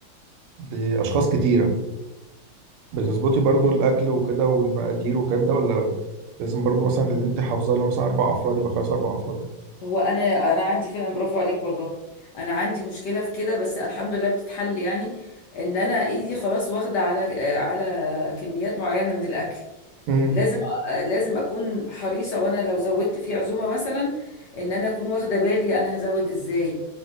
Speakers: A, on the right; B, on the left.
A: لاشخاص كتيره بتظبطي برضو الاكل وكده والمقادير والكلام ده ولا لازم برضو مثلا اللي انت حافظاه لو مثلا اربع افراد يبقى خلاص اربع افراد
B: هو انا انا عندي فعلا برافو عليك والله انا عندي مشكلة في كده بس الحمد لله بتتحل يعني ان انا ايدي خلاص واخدة على على كميات معينة من الاكل
A: امم
B: لازم أ- لازم اكون حريصة وانا لو زودت في عزومة مثلا ان انا اكون واخدة بالي انا هزود ازاي